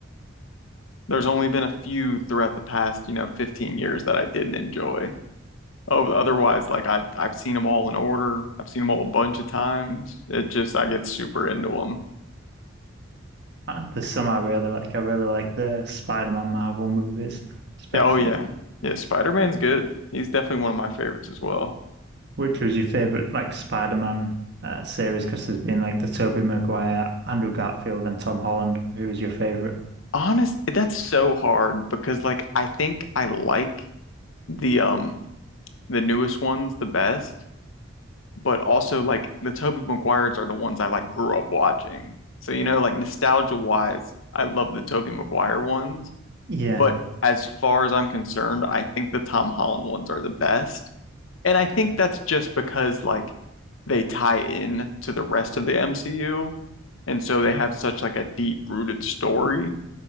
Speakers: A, on the left; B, on the right.
A: There's only been a few throughout the past, you know, 15 years that I didn't enjoy. Oh, otherwise, like I I've seen them all in order. I've seen them all a bunch of times. It just I get super into them.
B: And there's some I really like. I really like the Spider-Man Marvel movies, especially.
A: Yeah, oh yeah. Yeah, Spider-Man's good. He's definitely one of my favorites as well.
B: Which was your favorite, like Spider-Man uh, series? Because there's been like the Tobey Maguire, Andrew Garfield, and Tom Holland. Who was your favorite?
A: Honest, that's so hard because like I think I like the um the newest ones the best, but also like the Tobey Maguires are the ones I like grew up watching. So you know, like nostalgia wise, I love the Tobey Maguire ones,
B: Yeah,
A: but as far as I'm concerned, I think the Tom Holland ones are the best. And I think that's just because like they tie in to the rest of the MCU, and so they have such like a deep rooted story